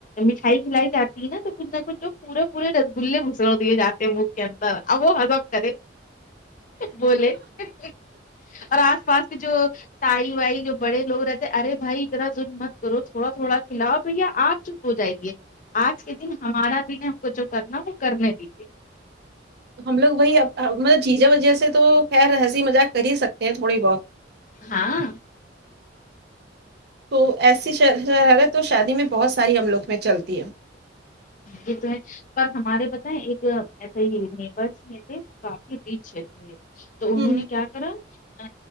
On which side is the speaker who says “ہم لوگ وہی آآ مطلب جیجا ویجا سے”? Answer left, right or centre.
Right